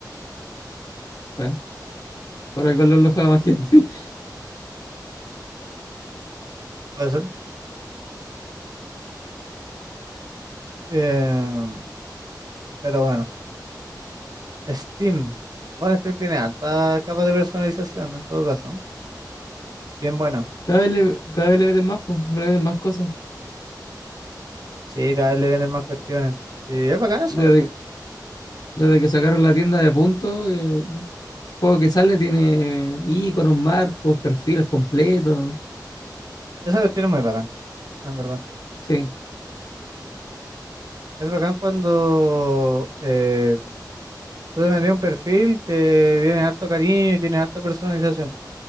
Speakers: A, on the left; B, on the right.
A: Ah, por algo el LOL lo juega más gente. <laughs>
B: Puede ser. Eh, pero bueno. Steam. Bueno, Steam tiene alta capa de personalización en todo caso. Bien buena.
A: Cada vez le, cada vez le meten más, pues, le meten más cosas.
B: Sí, cada vez le vienen más cuestiones. Y es bacán esa
A: Desde,
B: cuestión.
A: desde que sacaron la tienda de puntos, eh, juego que sale tiene iconos, marcos, perfiles completos.
B: Esa cuestión es muy bacán, en verdad.
A: Sí.
B: Es bacán cuando eh, tú te metes en un perfil que tiene harto cariño y tiene harta personalización.